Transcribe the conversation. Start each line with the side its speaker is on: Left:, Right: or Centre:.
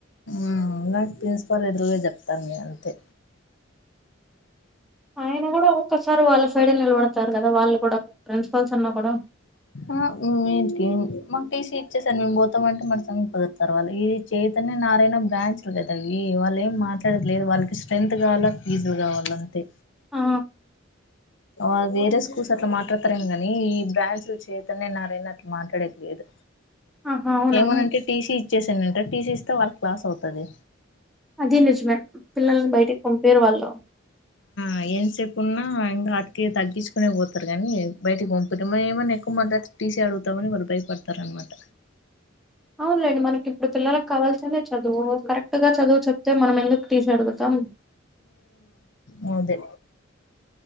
Left: ఆ నాకు ప్రిన్సిపాల్ ఎదురుగ చెప్తా మీ అంతే
Centre: ఆయన కూడా ఒకొక్కసారి వాళ్ళ సైడే నిలబడతారు కదా వాళ్ళు కూడా ప్రిన్సిపల్స్ అన్నా కూడా
Left: ఆ ఏంటి మాకు టీసీ ఇచ్చేసెండి మేము పోతామంటే మడ్సంగ్ కుదుతారు వాళ్ళు ఏ చైతన్య నారాయణ బ్రాంచ్లు కదా అవి వాళ్ళు ఏం మాట్లాడలేదు వాళ్ళకి స్ట్రెంత్ కావాలా ఫీజులు కావాల అంతే
Centre: ఆ
Left: ఆ వేరే స్కూల్స్ అట్లా మాట్లాడతారేం గాని ఈ బ్రాంచ్ చైతన్య నారాయణ అట్లా మాట్లాడేకి లేదు
Centre: ఆహా అవునా
Left: ఏమనంటే టీసీ ఇచ్చేసానుంటే టీసీ ఇస్తే వాళ్ళకి లాస్ అవుతది
Centre: అది నిజమే పిల్లల్ని బయటకి పంపియరు వాళ్ళు
Left: ఆ ఏం సేపు ఉన్నా ఇంకా అటికి తగ్గించుకునే పోతారు కానీ బయటీకి పంపీరు మన ఏమన్నా ఎక్కువ మాట్లాడితే టీసీ అడుగుతామని వాళ్ళు భయపడతారనమాట
Centre: అవునులేండి మనకి ఇప్పుడు పిల్లలకు కావాల్సింది చదువు కరెక్ట్ గా చదువు చెప్ అంటే మనం ఎందుకు టీసి అడుగుతాం
Left: ఉ అదే